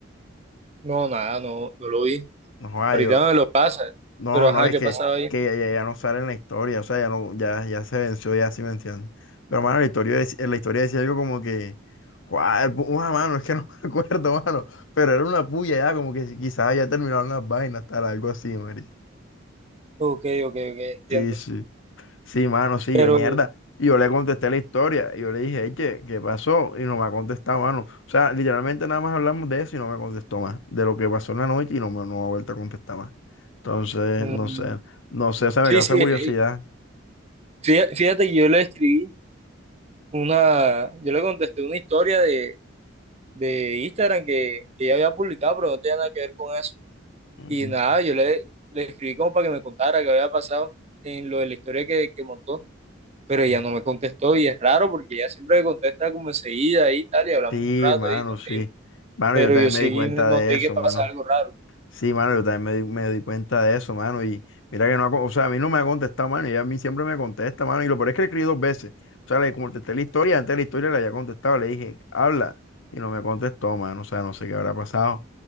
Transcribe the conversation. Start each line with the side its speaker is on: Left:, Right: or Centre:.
Right: No, nada, no, no lo vi.
Left: No, joda,
Right: Ahorita
Left: yo no,
Right: me lo pasa,
Left: no,
Right: pero ajá,
Left: no, es
Right: ¿qué
Left: que,
Right: pasaba ahí?
Left: que ella ya, ya no sale en la historia, o sea, ya no, ya, ya se venció, ya sí me entiendes. Pero mano, la historia, dec- en la historia decía algo como que, joda, mano, es que no <laughs> me acuerdo, mano. Pero era una puya ya, como que si- quizás ya terminaron las vainas, tal, algo así, marica.
Right: Ok, ok, ok, entiendo.
Left: Sí, sí. Sí, mano, sí,
Right: Pero,
Left: yo mierda. Y yo le contesté la historia. Y yo le dije, "Ey, ¿qué, qué pasó? Y no me ha contestado, mano. O sea, literalmente nada más hablamos de eso y no me contestó más. De lo que pasó en la noche y no me, no me ha vuelto a contestar más. Entonces,
Right: mm,
Left: no sé. No sé, o sea,
Right: sí,
Left: me causa
Right: sí,
Left: curiosidad.
Right: eh, fía- fíjate que yo le escribí una, yo le contesté una historia de, de Instagram que, que ella había publicado, pero no tenía nada que ver con eso.
Left: Mm,
Right: Y
Left: mm,
Right: nada, yo le, le escribí como para que me contara qué había pasado en lo de la historia que, que montó, pero
Left: mm.
Right: ella no me contestó y es raro porque ella siempre me contesta como enseguida y tal, y hablamos
Left: Sí,
Right: un rato
Left: mano,
Right: y nos
Left: sí.
Right: reímos.
Left: Mano,
Right: Pero
Left: yo también
Right: yo sí
Left: me di cuenta
Right: noté
Left: de eso,
Right: que pasa
Left: mano.
Right: algo raro.
Left: Sí, mano, yo también me di, me di cuenta de eso, mano. Y mira que no ha, con- o sea, a mí no me ha contestado, mano. Y a mí siempre me contesta, mano. Y lo peor es que le escribí dos veces. O sea, le contesté la historia, antes de la historia le había contestado, le dije, habla. Y no me contestó, mano. O sea, no sé qué habrá pasado.